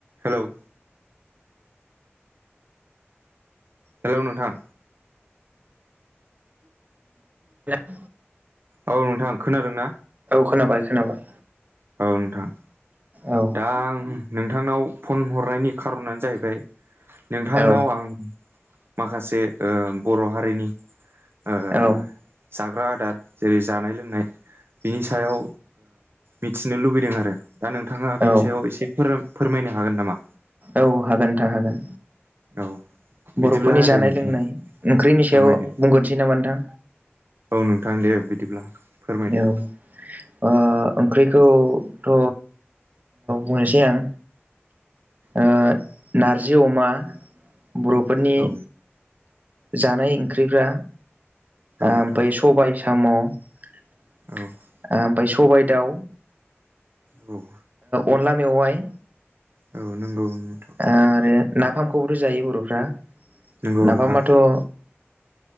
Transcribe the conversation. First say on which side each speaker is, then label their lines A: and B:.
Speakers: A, on the right; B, on the right.
A: हेल' हेल' नोंथां
B: औ
A: औ नोंथां खोनादों ना
B: खोनाबाय खोनाबाय
A: औ नोंथां
B: औ
A: दा आं नोंथांनाव फन हरनायनि खार'नानो जाहैबाय नोंथांनाव
B: औ
A: आं माखासे बर' हारिनि ओ
B: औ
A: जाग्रा आदार जेरै जानाय लोंनाय बिनि सायाव मिथिनो लुबैदों आरो दा नोंथाङा बेनि
B: औ
A: सायाव एसे फोरमायनो हागोन नामा
B: औ हागोन नोंथां हागोन
A: औ बिदिब्ला
B: बर'फोरनि जानाय
A: दे नोंथां
B: लोंनाय ओंख्रिनि
A: फोरमायदो
B: सायाव बुंग्रोनोसै नामा नोंथां
A: औ नोंथां दे बिदिब्ला फोरमायदो
B: औ ओ ओंख्रिखौथ' बुंनोसै आं ओ नारजि अमा बर'फोरनि
A: औ
B: जानाय ओंख्रिफ्रा
A: औ नोंथां औ नोंथां
B: ओमफ्राय सबाय साम' ओमफ्राय
A: औ
B: सबाय दाउ
A: औ
B: अनला मेवाइ
A: औ नंगौ नोंथां
B: आरो नाफामखौबोथ' जायो बर'फ्रा
A: नंगौ
B: नाफामाथ'।
A: नोंथां
B: ओ।